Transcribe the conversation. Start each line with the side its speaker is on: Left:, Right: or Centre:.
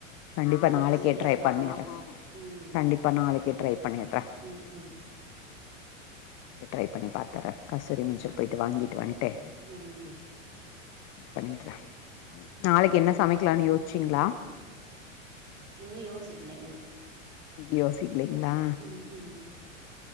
Left: கண்டிப்பா
Right: கந்திஷ்டி
Left: நாளைக்கே ட்ரை
Right: அதெல்லாம்
Left: பண்ணிர்றே
Right: போகும் ம்
Left: கண்டிப் பா நாளைக்கே ட்ரை பண்ணிர்றே
Right: ம் ம்
Left: ட்ரை பண்ணி பாத்துர்றே கஸ்தூரி
Right: ம்
Left: மஞ்சள் போயிட்டு வாங்கிட்டு வந்ட்டு
Right: ம் ம்
Left: பண்ணிர்றே நாளைக்கி என்ன சமைக்கலான் யோச்சீங்ளா
Right: இன்னு யோசிக்ல இன்னிக்கி
Left: யோசிக்கிலீங்ளா
Right: ம் ம்